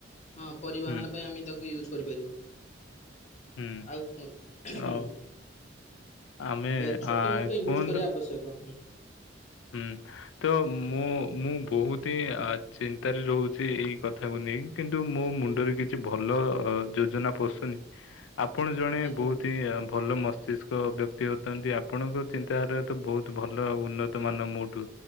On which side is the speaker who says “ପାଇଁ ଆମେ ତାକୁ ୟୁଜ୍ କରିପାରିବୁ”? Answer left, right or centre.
Left